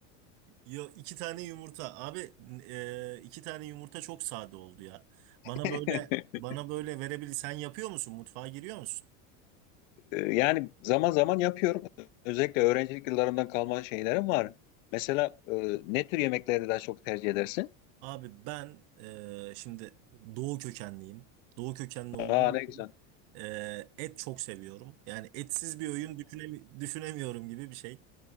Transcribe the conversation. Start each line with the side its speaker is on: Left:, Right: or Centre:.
Right: Yo iki tane yumurta. Abi e, iki tane yumurta çok sade oldu ya. Bana
Left: <laughs>
Right: böyle bana böyle verebilir. Sen yapıyor musun? Mutfağa giriyor musun?
Left: Ee, Yani zaman zaman yapıyorum. Özellikle öğrencilik yıllarımdan kalma şeylerim var. Mesela e, ne tür yemekleri daha çok tercih edersin?
Right: Abi ben e, şimdi doğu kökenliyim. Doğu kökenli olduğum
Left: Aa ne
Right: için
Left: güzel.
Right: e, et çok seviyorum. Yani etsiz bir öğün düşünemi- düşünemiyorum gibi bir şey.